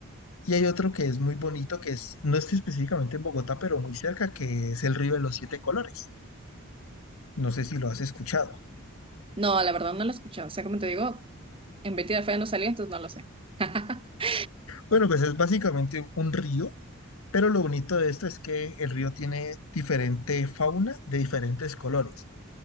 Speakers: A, on the left; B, on the right.
A: Y hay otro que es muy bonito, que es, no está específicamente en Bogotá, pero muy cerca, que es el río de los siete colores. No sé si lo has escuchado.
B: No, la verdad no lo he escuchado, o sea, como te digo, en Betty la Fea no salió, entonces no lo sé. <laughs>
A: Bueno, pues es básicamente un río, pero lo bonito de esto es que el río tiene diferente fauna de diferentes colores,